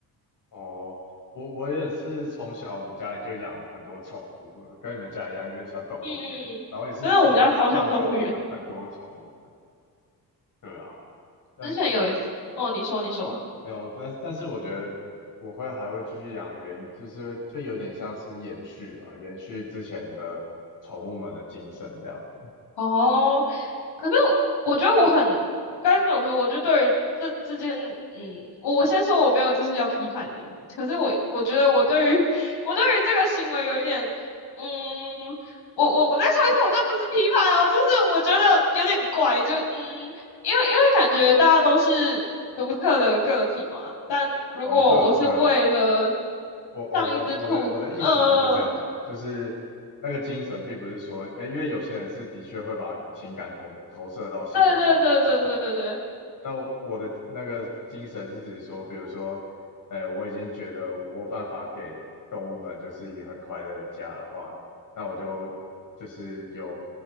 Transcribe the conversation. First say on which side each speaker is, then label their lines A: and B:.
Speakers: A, on the left; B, on the left.
A: 哦，我我也是从小我们家里就养了很多宠物了跟你们家一样，有点像动物园，
B: 嗯，嗯真的，
A: 然后也是已经送走了很很多宠物了。
B: 我们家超像动物园。
A: 对啊，但
B: 之前有一次，哦，你说，你说。
A: 没有，但但是我觉得我会还会继续养原，就是就有点像是延续吧，延续之前的宠物们的精神这样子。
B: 哦，可是我觉得我很该怎么说？我就对于这这件，嗯，我我先说我没有就是要批判的意思。可是我我觉得我对于 <laughs> 我对于这个行为有一点，嗯，我我我再说一次，我这不是批判哦，就是我觉得有点怪，就嗯，因为因为感觉大家都是独特的个体嘛，但如果我是为了
A: 哦，对啊，对啊，我哦我的我的我的意思不是这样啦，
B: 上一只兔子，呃，
A: 就是那个精神并不是说，诶，因为有些人是的确会把情感投投射到新的宠物上，
B: 对对对对对对，
A: 那我的那个精神是指说，比如说，诶，我已经觉得我有办法给动物们就是一个很快乐的家的话，那我就就是有